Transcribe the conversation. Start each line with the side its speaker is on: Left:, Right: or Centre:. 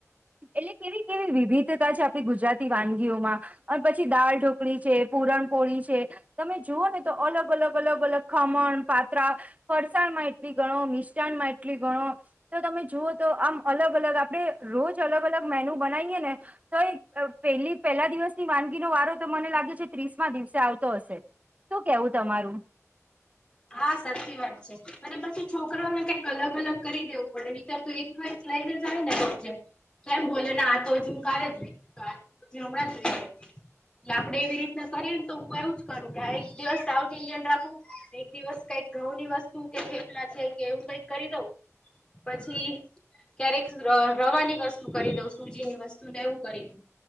Right: એટલે કેવી કેવી વિવિધતા છે આપણી ગુજરાતી વાનગીઓમાં અને પછી દળ ઢોકળી છે, પૂરણપોળી છે, તમે જુઓ ને તો અલગ અલગ અલગ અલગ ખમણ પાત્રા ફરસાણ માં એટલી ગણો મિષ્ટાન માં એટલી ગણો. તો તમે જુઓ તો આમ અલગ-અલગ આપડે રોજ અલગ- અલગ મેનું બનાઇએ ને થઈ. પેહલી પહેલા દિવસ વાનગીનો વારો તો મને લાગે છે ત્રીસ માં દિવસે આવતો હશે. શું કેવું તમારુ
Left: હા સાચી વાત છે, અને પછી છોકરોને કઈક અલગ-અલગ કરી દેવું રણીતર તો એક લાઇફ લઇને જાયને રોજે કેમ બોલેલા આ તો હજી હું કારે જ લઈ ગય. આ હજી હમણાં જ લઈ ગ હતી. આપડે એવી રીતના કરીએને તો હું એવું જ કરું કે આ એક દિવસ સાઉથ ઇન્ડિયન રાખું. એક દિવસ કઈક ઘઉં ની વસ્તુ કે થેફલા છે, કે એવું કઈક કરી દઉં, પછી ક્યારેક ર રવાની વસ્તુ કરી દઉં. સૂજીની વસ્તુ ને એવું કરી દઉ